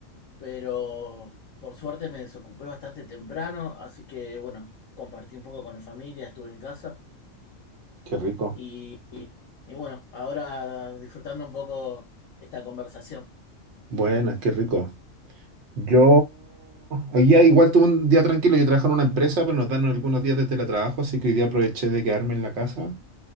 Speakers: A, on the left; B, on the right.
A: pero por suerte me desocupé bastante temprano, así que bueno, compartí un poco con la familia, estuve en casa
B: qué rico.
A: y, y bueno, ahora disfrutando un poco esta conversación.
B: Buena, qué rico. Yo hoy día igual tuve un día tranquilo. Yo trabajo en una empresa, pero nos dan algunos días de teletrabajo, así que hoy día aproveché de quedarme en la casa.